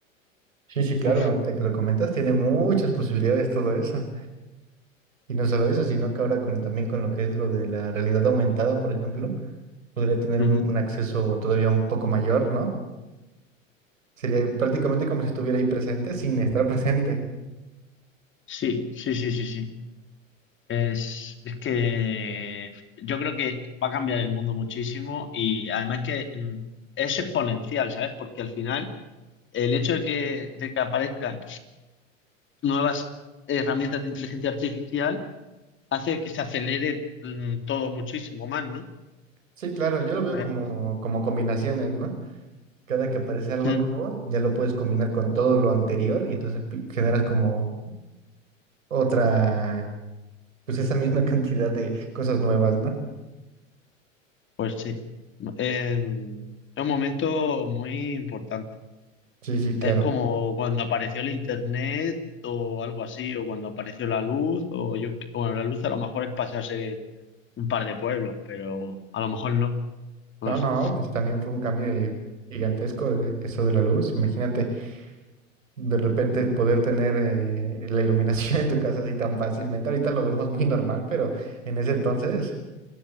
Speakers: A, on the right (about 75°); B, on the left (about 30°).
A: Sí, sí, claro,
B: Uf,
A: ahorita que lo comentas, tiene muchas posibilidades todo eso. Y no solo eso, sino que ahora con, también con lo que es lo de la realidad aumentada, por ejemplo. podría tener
B: ujú.
A: un, un acceso todavía un poco mayor, ¿no? Sería prácticamente como si estuviera ahí presente sin estar <laughs> presente.
B: Sí, sí, sí, sí, sí. Es, es que yo creo que va a cambiar el mundo muchísimo y además que mm, es exponencial, ¿sabes? Porque al final el hecho de que, de que aparezcan nuevas herramientas de inteligencia artificial hace que se acelere mm, todo muchísimo más, ¿no?
A: Sí, claro, yo lo veo
B: Eh,
A: como, como combinaciones, ¿no? Cada que aparece algo
B: mm,
A: nuevo, ya lo puedes combinar con todo lo anterior y entonces pi- generas como otra, pues esa misma <laughs> cantidad de cosas nuevas, ¿no?
B: pues sí. Eh, es un momento muy importante.
A: Sí, sí, claro.
B: Es como cuando apareció el internet o algo así, o cuando apareció la luz, o yo, bueno, la luz a lo mejor es pasarse un par de pueblos, pero a lo mejor no, no
A: No,
B: lo sé.
A: no, pues también fue un cambio eh, gigantesco eh, eso de la luz. Imagínate. de repente poder tener eh, la iluminación <laughs> en tu casa así tan fácilmente. Ahorita lo vemos muy normal, pero en ese entonces